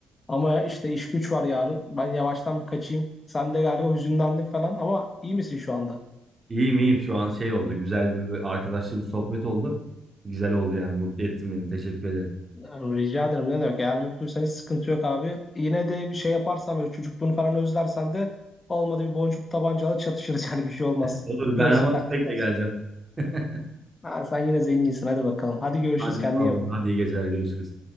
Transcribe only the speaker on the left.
ama ya işte iş güç var yarın ben yavaştan bir kaçayım. Sen de galiba hüzünlendin falan ama iyi misin şu anda?
Tamam, Rica ederim ne demek. Eğer mutluysan hiç sıkıntı yok abi. Yine de bir şey yaparsan böyle çocukluğunu falan özlersen de olmadı bir boncuk tabancalı çatışırız <laughs> yani bir şey olmaz.
Gözlük
taktıktan
sonra.
Ha, sen yine zenginsin hadi bakalım. Hadi görüşürüz
kendine
iyi bak.